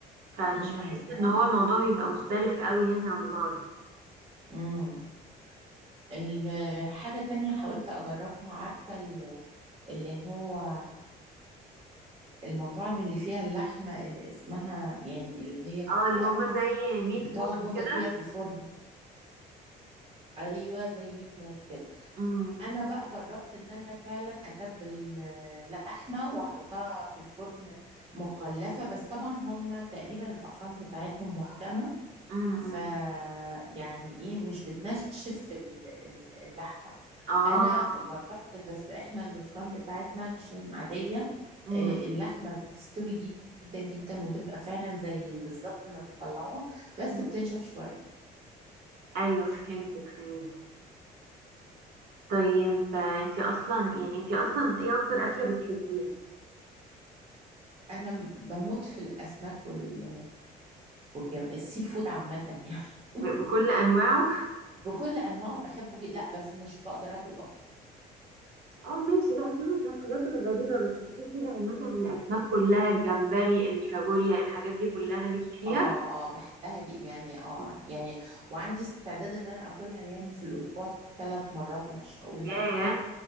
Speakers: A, on the right (about 70°); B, on the right (about 35°).
A: فمش
B: امم
A: بحس ان هو الموضوع بيبقى مختلف قوي يعني عن بعض
B: امم الحاجة التانية حاولت أجربها عارفة ال- اللي هو المطاعم اللي فيها اللحمة اللي اسمها يعني اللي هي بتبقى
A: اه اللي هم زي ميت
B: بتقعد
A: موت وكده
B: مدة طويلة في الفرن أيوة زي ميت موت كده
A: امم
B: أنا بقى جربت إن أنا فعلا أتبل لحمة وأحطها في الفرن مغلفة بس طبعا هم تقريبا الأفران بتاعتهم محكمة
A: امم امم.
B: ف يعني ايه مش بتنشف ال- ال- اللحمه
A: اه
B: انا جربت بس احنا الفرن بتاعتنا عشان عاديه
A: امم
B: آه، اللحمه بتستوي جي- جدا جدا وتبقى فعلا زي بالظبط ما بيطلعوها بس
A: امم.
B: بتنشف شويه
A: ايوه فهمتك فهمت طيب آه، انتي اصلا يعني انتي اصلا ايه اكتر اكله بتحبيها
B: انا م- بموت في الاسماك وال والجم... السي فود عامه يعني <laughs>
A: ب- بكل انواعه
B: بكل انواعه بحبه جدا لا بس مش بقدر اكل اخطبوط
A: اه ماشي لا سيبك من الحاجات الغريبه بس السي فود عامه الاسماك كلها الجمبري الكابوريا الحاجات دي كلها ليكي فيها
B: اه اه بحبها ج- يعني اه
A: مم.
B: يعني وعندي استعداد ان انا اكلها يعني في الاسبوع ثلاث مرات مش هقول
A: ياه
B: لا يعني